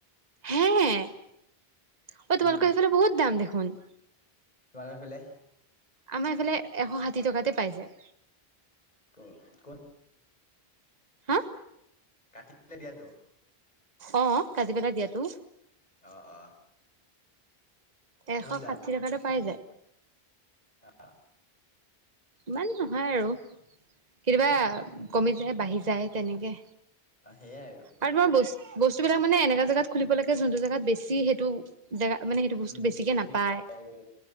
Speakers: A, on the right; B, on the left.
A: হে অ তোমালোকৰ
B: উম
A: এইফালে বহুত দাম দেখোন
B: তোমালোক ফৰিে
A: আমাৰ এইফালে এশ ষাঠি টকাতে পাইছে
B: ক ক
A: হা
B: ৰাতিলে দিয়াতো
A: অ কাজি পেলা দিয়াতো
B: অ অ
A: এশ
B: বহুত
A: ষাঠি টকাতটো পাই যায়
B: আহ
A: ইমান নহয় আৰু কেতিয়াবা
B: উম
A: কমি যায় বাঢ়ি যায় তেনেকে
B: অ' সেয়াই আৰু।
A: আৰু <unintelligible> বস্তুবিলাক মানে এনেকা জেগাত খুলিব লাগে যোনটো জেগাত বেছি সেইটো জেগা মানে সেইটো বস্তু
B: উম
A: বেছিকে
B: প্ৰফিট
A: নাপায়।
B: হয় আৰু